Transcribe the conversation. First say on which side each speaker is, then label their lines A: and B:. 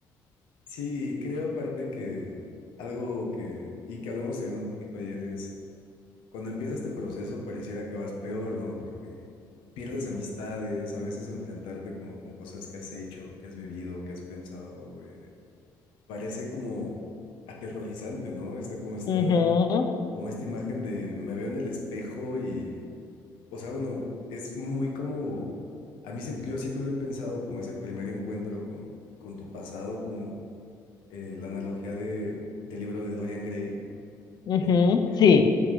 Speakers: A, on the left; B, on the left.
A: Sí, creo aparte que algo que, y que hablamos también un poquito ayer es, cuando empieza este proceso pareciera que vas peor, ¿no? Porque pierdes amistades, a veces enfrentarte como con cosas que has hecho, que has vivido, que has pensado, eh, parece como aterrorizante, ¿no? Está como esta,
B: Ujú,
A: como esta imagen de me veo en el espejo y o sea, bueno, es muy como, a mí siempre, yo siempre lo he pensado como ese primer encuentro con, con tu pasado, como eh, la analogía de, del libro de Dorian Gray,
B: ujú,
A: en el que
B: sí,